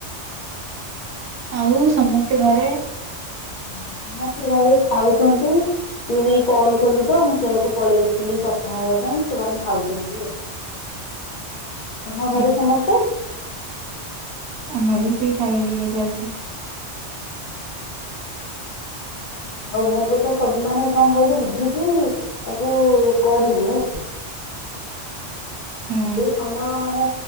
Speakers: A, on the right; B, on the left.
A: ଆଉ ସମସ୍ତେ ଘରେ?
B: ହଁ ସମସ୍ତେ ଘରେ ଖାଉଚନ୍ତି। ତୁ ହେଇ କଲ୍ କଲୁ ତ ମୁଁ ସେଇଆକୁ ପଳେଇ ଆସଥିଲି କଥା ହେବା ପାଇଁ ସେମାନେ ଖାଉଚନ୍ତି ଆଉ। ତମ
A: ହୁଁ
B: ଘରେ ସମସ୍ତେ?
A: ଆମର ବି ସେଇ ଖାଇବା ପିଇବା ଚାଲିଚି।
B: ଓହୋ। ହଉ ମୋ କଥା ସବୁ ମାନେ କଣ କହିଲୁ ବୁଝିକି ତାକୁ କରିବୁ ହେଲା।
A: ହୁଁ
B: ସେଇ ସମୟ ମାନେ